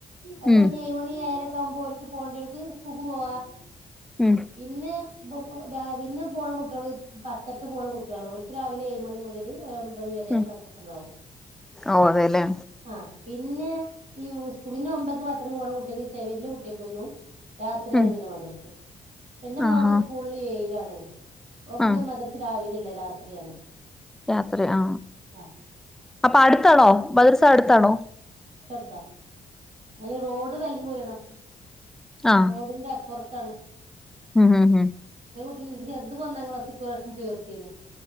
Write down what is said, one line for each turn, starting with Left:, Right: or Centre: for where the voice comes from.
Right: അത്
Centre: ഉം
Right: കഴിഞ് ഏഴ് മണി ഏഴരക്കവുമ്പോ ഓല്ക്ക് പോണ്ടെടത്ത് സ്കൂൾക്ക് പോവാ
Centre: ഉം
Right: പിന്നെ ബോബോ രാവി പിന്നെ പോണ കുട്ടികൾ പത്തരക്ക് പോണ കുട്ടികളാഓല്ക്ക് രാവിലെ ഏഴ് മണി മുതൽ ഒരമ്പ ണി വരെ
Centre: ഉം
Right: മമദ്രസ്സണ്ടാവും
Centre: ഓ അതെല്ലേ
Right: ആ പിന്നെ ഈ സ് ക് പിന്നെ ഒമ്പരക്ക് പത്തരക്ക് പോണ കുട്ടിക്ക് ചെ വല്ല്യ കുട്ടിയാക്കൊന്നു രാത്രിയാണ്
Centre: ഉം
Right: പിന്നെ മദ്രസ്സ് പിന്നെ മോൾക്ക്
Centre: ആഹാ
Right: സ്കൂളിൽ ഏയിലാണ് ഓകൊക്കോ
Centre: ആ
Right: മദ്രസ്സ രാവിലല്ല രാത്രിയാണ്
Centre: രാത്രി ആ
Right: ആഹ്
Centre: അപ്പൊ അടുത്താണോ മദ്രസ്സ അടുത്താണോ
Right: ത്ത അയിന് റോഡ് വെലങ്ങുറിയണം
Centre: ആഹ്
Right: റോഡിന്റെ അപ്പുറത്താണ്
Centre: ഉം ഉം
Right: ഞ്ഞിൻ്റെ ചെറുത് പോ ഒന്നാം ക്ലാസ് ഇപ്പ്രവിശ്യം ചേർത്തിലെ